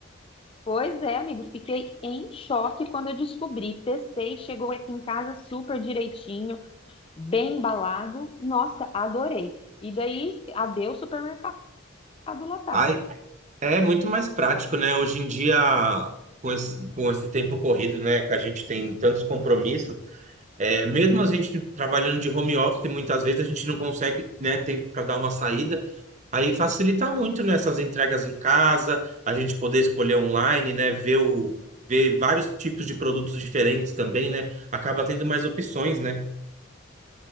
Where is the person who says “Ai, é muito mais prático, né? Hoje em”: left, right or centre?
Right